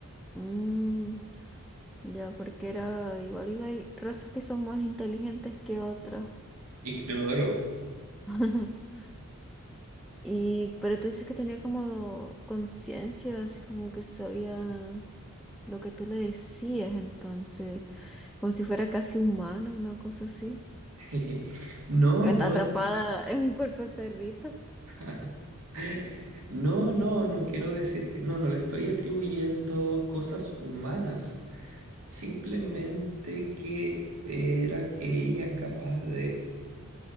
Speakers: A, in the centre; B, on the right.
A: Mm, ya, porque era igual hay razas que son más inteligentes que otras.
B: Ignoro.
A: <laughs> Y, pero tú dices que tenía como conciencia, así como que sabía lo que tú le decías, entonces, como si fuera casi humana, una cosa así.
B: <laughs> No, no
A: Atrapada
B: es.
A: en un cuerpo de perrito.
B: <laughs> No, no, no quiero decir que no, no le estoy atribuyendo cosas humanas, simplemente que era ella capaz de